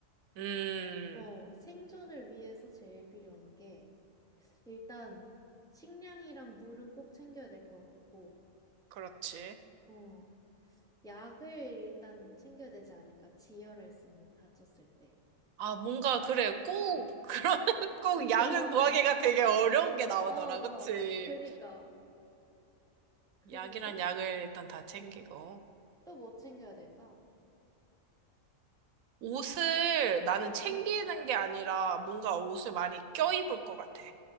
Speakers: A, on the right; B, in the centre.
A: 음,
B: 어, 생존을 위해서 제일 필요한 게, 일단, 식량이랑 물은 꼭 챙겨야 될 것 같고,
A: 그렇지.
B: 어, 약을 일단 챙겨야 되지 않을까? 지혈할 수 있는, 다쳤을 때.
A: 아, 뭔가 그래. 꼭
B: 응.
A: 그런 <laughs> 꼭
B: <laughs>
A: 약을 구하기가 되게 어려운 게 나오더라.
B: 어, 어,
A: 그치?
B: 그니까. 그리고,
A: 약이란 약을 일단 다 챙기고.
B: 음, 또 뭐 챙겨야 될까?
A: 옷을 나는 챙기는
B: 음.
A: 게 아니라 뭔가 옷을 많이 껴입을 것 같아.